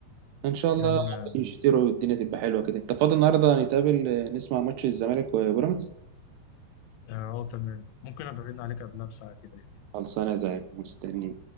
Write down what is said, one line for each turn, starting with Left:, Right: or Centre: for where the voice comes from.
Right: ان شاء الله
Left: يا عم اه
Right: يشتروا والدنيا تبقى حلوه كده انت فاضي النهارده نتقابل آه، نسمع ماتش الزمالك وبيراميدز
Left: آه، تمام ممكن ابعدنا عليك قبلها بساعة كده
Right: خلصانه زي مستنيين